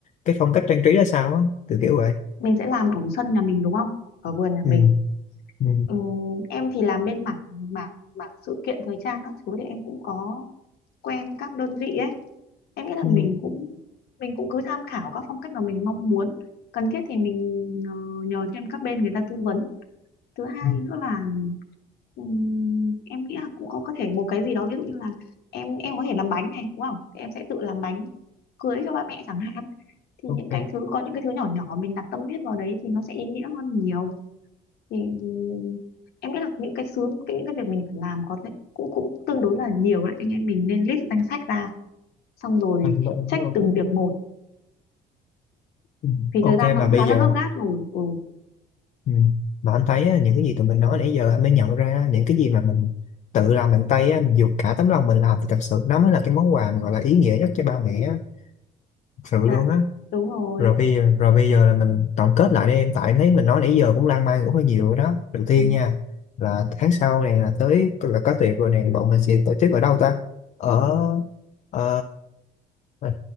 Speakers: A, on the left (about 45°); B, on the left (about 70°).
A: cái phong cách trang trí ra sao á từ kiểu vậy
B: mình sẽ làm ở sân nhà mình đúng không ở vườn nhà
A: ừ.
B: mình
A: Ừ.
B: ừ, em thì làm bên mảng mảng mảng sự kiện thời trang các thứ thì em cũng có quen các đơn vị ấy em nghĩ là
A: Ừ.
B: mình cũng mình cũng cứ tham khảo các phong cách mà mình mong muốn cần thiết thì mình ờ, nhờ thêm các bên người ta tư vấn thứ hai
A: ừ,
B: nữa là ừm, em nghĩ là cũng có có thể một cái gì đó ví dụ như là em em có thể làm bánh này đúng không thì em sẽ tự làm bánh cưới cho ba mẹ chẳng hạn thì
A: Ok
B: những cái thứ có những cái thứ nhỏ nhỏ mình đặt tâm huyết vào đấy thì nó sẽ ý nghĩa hơn nhiều thì ừm, em nghĩ là những cái sứ cái những cái việc mình phải làm có thể cũng cũng tương đối là nhiều đấy anh em mình nên list danh sách ra xong rồi
A: Anh lỗi em
B: check
A: thấy không?
B: từng việc một
A: Ừ,
B: vì
A: ok
B: thời gian nó
A: mà
B: cũng
A: bây
B: khá là
A: giờ
B: gấp gáp rồi ừ
A: Ừ. Mà anh thấy á, những cái gì tụi mình nói nãy giờ anh mới nhận ra những cái gì mà mình tự làm bằng tay á, mình dùng cả tấm lòng mình làm thì thật sự nó mới là cái món quà mà gọi là ý nghĩa nhất cho ba mẹ á, thật sự
B: dạ
A: luôn á.
B: đúng rồi
A: Rồi bây giờ, rồi bây giờ là mình tổng kết lại đi em, tại em thấy mình nói nãy giờ cũng lan man cũng hơi nhiều rồi đó. Đầu tiên
B: Ừ,
A: nha, là tháng sau này là tới là có tiệc rồi này, bọn mình sẽ tổ chức ở đâu ta? Ở ờ, ờ,